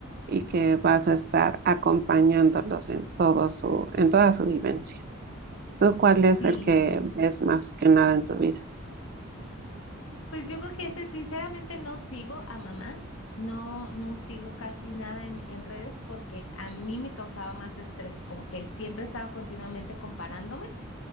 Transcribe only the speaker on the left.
Sí.
Pues yo creo que ese, sinceramente, no sigo a mamás, no, no sigo casi nada en, en redes porque a mí me causaba más estrés, como que siempre estaba continuamente comparándome.